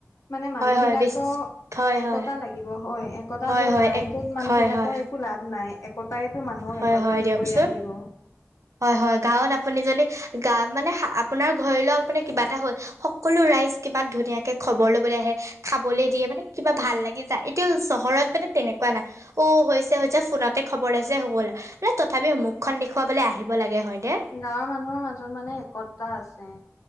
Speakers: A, on the left; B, on the right.
A: মানে মানুহ
B: হয় হয়
A: বিলাকৰ
B: বেছ হয়
A: একতা
B: হয়
A: লাগিব। হয়, একতা
B: হয়
A: য'ত
B: হয়
A: নাই
B: এক
A: ত'ত মানুহ
B: হয়
A: বিলাকৰ
B: হয়
A: একো লাভ নাই, একতায়েতো মানুহৰ
B: হয়
A: একত্ৰিত
B: হয় দিয়কচোন
A: কৰি ৰাখিব।
B: হয় হয়। গাঁৱত আপুনি যদি গা মানে আপোনাৰ ধৰি লওক মানে কিবা এটা হ'ল, সকলো ৰাইজ কিমান ধুনীয়াকে খবৰ ল'বলৈ আহে, খাবলৈ দিয়ে, মানে কিবা ভাল লাগি এইটো চহৰত মানে তেনেকুৱা নাই। অ হৈছে হৈছে ফোনতে খবৰ লইছে সকলোৱে। মানে তথাপি মুখখন দেখুৱাবলৈ আহিব লাগে হয় নে?
A: গাঁৱৰ মানুহৰ মাজত মানে একতা আছে।